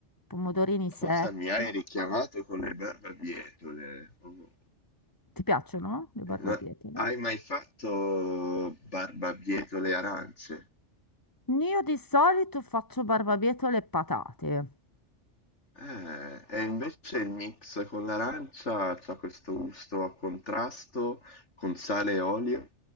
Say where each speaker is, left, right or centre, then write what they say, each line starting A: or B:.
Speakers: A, on the left; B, on the left.
A: pomodorini secchi.
B: Cosa mi hai richiamato con le barbabietole? Oh.
A: Ti piacciono le barbabietole?
B: No, hai mai fatto barbabietole arance?
A: Io di solito faccio barbabietole e patate.
B: Eh, e invece il mix con l'arancia c'ha questo gusto a contrasto con sale e olio.